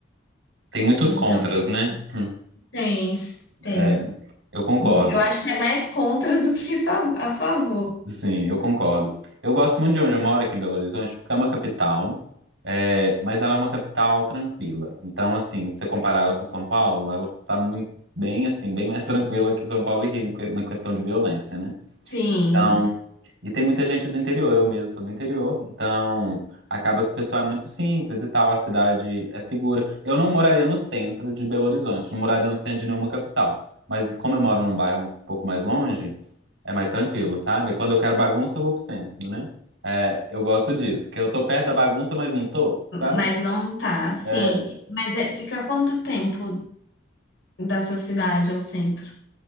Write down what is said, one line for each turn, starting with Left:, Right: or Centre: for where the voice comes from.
Right: Tem muitos
Left: Então,
Right: contras, né? Hum.
Left: tem, tem.
Right: É. Eu concordo.
Left: Hum, Eu acho que é mais contras do que fa- a favor.
Right: Sim, eu concordo. Eu gosto muito de onde eu moro aqui em Belo Horizonte, porque é uma capital, é, mas ela é uma capital tranquila. Então, assim, se você comparar ela com São Paulo, ela tá muito bem, assim, bem mais <laughs> tranquila que São Paulo e Rio na questão de violência, né?
Left: Sim,
Right: Então, e tem muita gente do interior, eu mesmo sou do interior, então acaba que o pessoal é muito simples e tal, a cidade é segura. Eu não moraria no centro de Belo Horizonte, não moraria no centro de nenhuma capital, mas como eu moro num bairro um pouco mais longe, é mais tranquilo, sabe? Quando eu quero bagunça, eu vou pro centro, né? É, eu gosto disso, que eu tô perto da bagunça, mas não tô, sabe?
Left: mas não tá, sim.
Right: É.
Left: Mas é- fica quanto tempo da sua cidade ao centro?